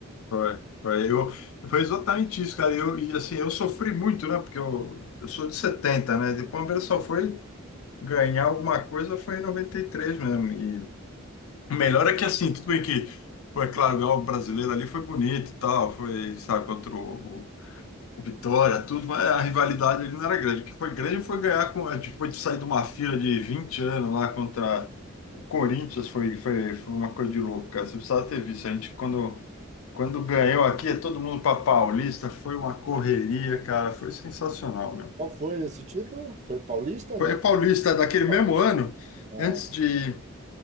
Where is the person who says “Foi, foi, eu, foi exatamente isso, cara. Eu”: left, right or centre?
Left